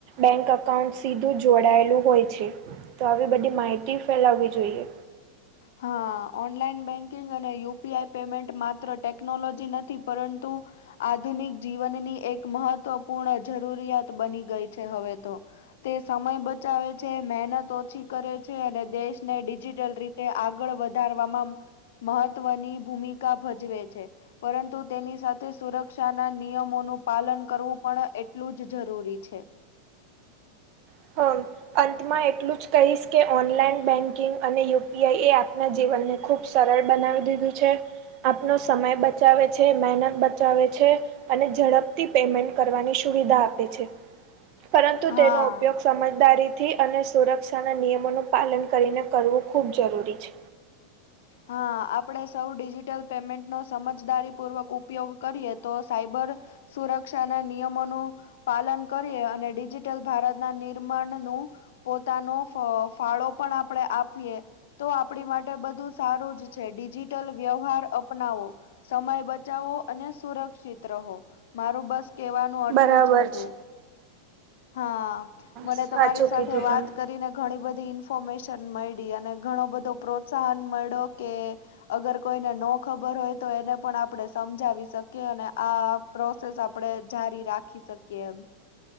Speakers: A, on the right (about 40°); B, on the left (about 55°).
A: બેંક અકાઉન્ટ સીધું જોડાયેલું હોય છે. તો આવી બધી માહિતી ફેલાવવી જોઈએ.
B: હા ઓનલાઈન બેંકિંગ અને યુ પી આઈ પેમેન્ટ માત્ર ટેકનોલોજી નથી પરંતુ આધુનિક જીવનની એક મહત્વપૂર્ણ જરૂરિયાત બની ગઈ છે હવે તો. તે સમય બચાવે છે, મહેનત ઓછી કરે છે અને દેશને ડિજિટલ રીતે તે આગળ વધારવામાં મહત્વની ભૂમિકા ભજવે છે. પરંતુ તેની સાથે સુરક્ષાના નિયમોનું પાલન કરવું પણ એટલું જ જરૂરી છે.
A: <unintelligible> અંતમાં એટલું જ કહીશ કે ઓનલાઈન બેન્કિંગ અને યુ પી આઈ એ આપના જીવનને ખૂબ સરળ બનાવી દીધું છે, આપનો સમય બચાવે છે, મહેનત બચાવે છે. અને ઝડપથી પેમેન્ટ કરવાની સુવિધા આપે છે. પરંતુ
B: હા
A: તેનો ઉપયોગ સમજદારીથી અને સુરક્ષાના નિયમોનું પાલન કરીને કરવું ખૂબ જરૂરી છે.
B: હા, આપડે સૌ ડિજિટલ પેમેન્ટનો સમજદારી પૂર્વક ઉપયોગ કરીએ તો સાયબર સુરક્ષાના નિયમોનું પાલન કરીએ અને ડિજિટલ ભારતના નિર્માણનું પોતાનો ફ ફાળો પણ આપણે આપીએ તો આપણી માટ બધું સારું જ છે, ડિજિટલ વ્યવહાર અપનાવો. સમય બચાવો અને સુરક્ષિત રહો. મારું બસ કેવાનું આટલુ
A: બરાબર
B: જ હતુ.
A: છે
B: હા, મને
A: સાચું
B: તમારી સાથે
A: કીધું
B: વાત
A: તમે
B: કરીને ઘણી બધી ઇન્ફોર્મેશન મયડી અને ઘણો બધો પ્રોત્સાહન મયડો કે અગર કોઈને નો ખબર હોય તો એને પણ આપણે સમજાવી શકીએ અને આ પ્રોસેસ આપડે જારી રાખી શકીએ એમ.